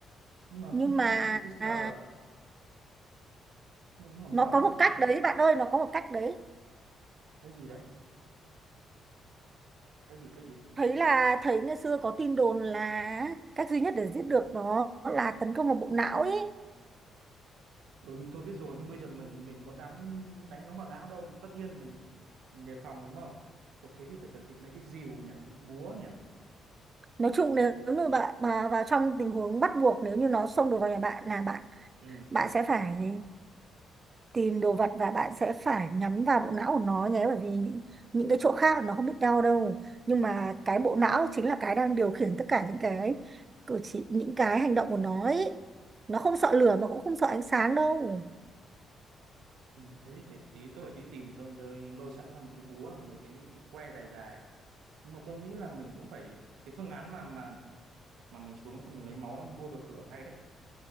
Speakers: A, on the right; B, on the right.
A: nhưng mà
B: nhưng
A: không biết
B: mà
A: là b- bây giờ
B: à,
A: nhưng mà máu
B: nó có
A: của
B: một
A: nó
B: cách đấy bạn ơi nó có một cách đấy
A: cái gì đấy cái gì cái gì
B: thấy là thấy ngày xưa có tin đồn là cách duy nhất để giết được nó là tấn công vào bộ não ấy
A: Ừ thì tôi biết rồi nhưng bây giờ mình mình có dám đánh nó vào não đâu. Tất nhiên mình, mình đề phòng đúng không? Ồ thế thì phải chuẩn bị mấy cái rìu nhỉ, cái búa nhỉ.
B: nói chung nếu
A: Những-
B: như bạn mà vào trong tình huống bắt buộc nếu như nó xông được vào nhà bạn là bạn
A: Ừ.
B: bạn sẽ phải tìm đồ vật và bạn sẽ phải nhắm vào bộ não của nó nhé bởi vì những, những cái chỗ khác nó không biết đau đâu nhưng mà cái bộ não chính là cái đang điều khiển tất cả những cái cử chỉ những cái hành động của nó ấy. nó không sợ lửa mà cũng không sợ ánh sáng đâu
A: Ừ, thế thì tí, tí tôi phải đi tìm tôi, tôi lôi sẵn ra một cái búa, mấy cái, cái cái que dài dài. Nhưng mà tôi nghĩ là mình cũng phải cái phương án mà mà mà mình xuống xong mình lấy máu nó bôi vào cửa hay đấy.